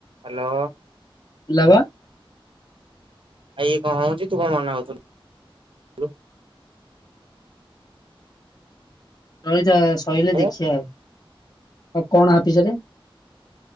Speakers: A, on the right; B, on the left.
A: Hello
B: ଲବା
A: ଆ ଏ କଣ ହଉଛି ତୁ କଣ ମନାଉଥିଲୁ?
B: ହଁ। ସରିଲେ ଦେଖିବା।
A: ଏ
B: ଆଉ କଣ ହ ପିଛରେ?